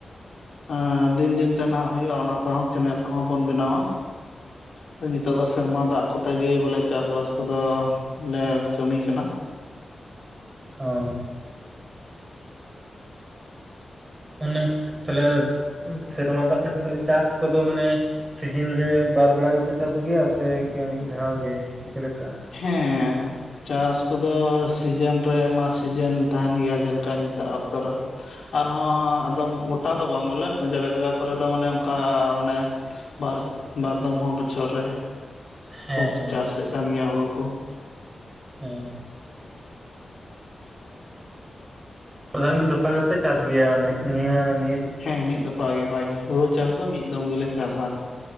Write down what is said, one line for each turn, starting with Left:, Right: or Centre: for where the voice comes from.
Left: ᱟᱻ ᱫᱤᱱ ᱫᱤᱱ ᱛᱮ ᱱᱟᱦᱟᱜ ᱦᱩᱭᱩᱜᱼᱟ ᱚᱱᱟ ᱠᱚᱦᱚᱸ ᱠᱮᱱᱮᱞ ᱠᱚᱦᱚᱸ ᱵᱚᱱ ᱵᱮᱱᱟᱣᱟ᱾ ᱟᱫᱚ ᱱᱤᱛᱳᱜ ᱫᱚ ᱥᱮᱨᱢᱟ ᱫᱟᱜᱼᱼ ᱠᱚᱛᱮ ᱜᱮ ᱵᱚᱞᱮ ᱪᱟᱥ ᱵᱟᱥ ᱠᱚᱫᱚ ᱞᱮ ᱠᱟᱹᱢᱤ ᱠᱟᱱᱟ᱾
Right: ᱦᱟᱸᱻ ᱢᱟᱱᱮ ᱛᱟᱦᱚᱞᱮ ᱥᱮᱨᱢᱟ ᱫᱟᱜ ᱛᱮ ᱠᱷᱟᱱ ᱪᱟᱥ ᱠᱚᱫᱚ ᱢᱟᱱᱮᱼᱼ ᱥᱤᱡᱤᱱ ᱨᱮ ᱵᱟᱨ ᱵᱮᱲᱟ ᱜᱮᱯᱮ ᱪᱟᱥ ᱜᱮᱭᱟ ᱥᱮ ᱤᱱᱠᱟᱹ ᱢᱤᱫ ᱫᱷᱟᱣ ᱜᱮ ᱪᱮᱞᱮᱠᱟ?
Left: ᱦᱮᱸᱻ ᱪᱟᱥ ᱠᱚᱫᱚ ᱥᱤᱡᱮᱱ ᱨᱮ ᱢᱟ ᱥᱤᱡᱮᱱ ᱛᱟᱦᱮᱱ ᱜᱮᱭᱟ ᱡᱮᱞᱮᱠᱟ ᱱᱤᱛᱟᱜ ᱚᱠᱛᱚ ᱨᱮᱼᱼ ᱟᱨ ᱦᱚᱸ ᱟᱫᱚᱢ ᱜᱚᱴᱟ ᱫᱚ ᱵᱟᱝ ᱵᱚᱞᱮ ᱡᱟᱭᱜᱟ ᱡᱟᱭᱜᱟ ᱠᱚᱨᱮ ᱫᱚ ᱢᱟᱱᱮ ᱚᱱᱠᱟ ᱟᱱᱮᱼᱼ ᱵᱟᱨ, ᱵᱟᱨ ᱫᱚᱢ ᱦᱚᱸ ᱵᱚᱪᱷᱚᱨ ᱨᱮᱼᱼ
Right: ᱦᱮᱸ
Left: ᱠᱚ ᱪᱟᱥᱮᱫ ᱠᱟᱱ ᱜᱮᱭᱟ ᱦᱩᱲᱩ ᱠᱚ᱾
Right: ᱦᱮᱸᱻ ᱚᱱᱟᱞᱤᱧ ᱫᱚᱯᱷᱟ ᱜᱮᱯᱮ ᱪᱟᱥ ᱜᱮᱭᱟ ᱱᱤᱭᱟᱹ ᱱᱤᱭᱟᱹᱼᱼ
Left: ᱦᱮᱸ ᱢᱤᱫ ᱫᱚᱯᱷᱟ ᱜᱮ ᱦᱳᱭ, ᱦᱩᱲᱩ ᱪᱟᱥ ᱫᱚ ᱢᱤᱫ ᱫᱚᱢ ᱜᱮᱞᱮ ᱪᱟᱥᱟ᱾